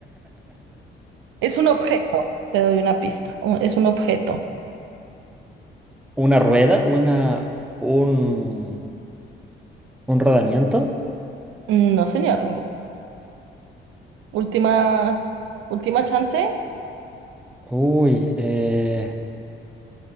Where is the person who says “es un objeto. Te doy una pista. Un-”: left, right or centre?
Right